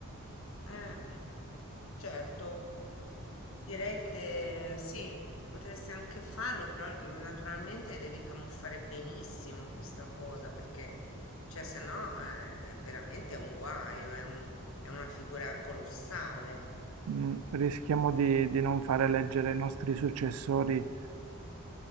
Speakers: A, on the left (about 65°); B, on the right (about 80°).
A: eh. Certo, direi che sì, potresti anche farlo, però mm, naturalmente devi camuffare benissimo questa cosa perché, cioè, se no eh, è veramente un guaio, è un- è una figura colossale.
B: Mm, rischiamo di, di non fare eleggere i nostri successori eh,